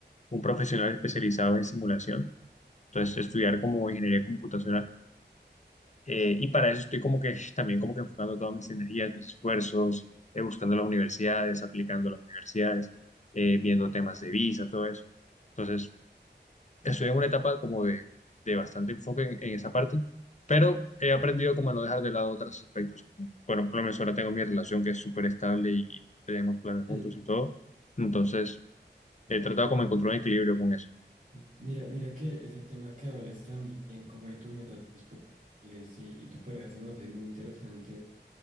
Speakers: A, on the left; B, on the right.
A: un profesional especializado en simulación. Entonces, estudiar
B: Ujú,
A: como ingeniería computacional. Eh, y para eso estoy como que <laughs> también como que enfocando todas mis energías, mis esfuerzos, eh, buscando las universidades, aplicando a las universidades, eh, viendo temas de visa, todo eso. Entonces, estoy en una etapa como de, de bastante enfoque en, en esa parte, pero he aprendido como a no dejar de lado otros aspectos. Bueno, por lo menos ahora tengo mi relación que es súper estable y, y tenemos planes
B: Eh,
A: juntos y todo, entonces he tratado como de encontrar un equilibrio con eso.
B: ujú. mira, mira que ese tema que hablas también, como de tus metas personales y, y tu pareja se me hace muy interesante,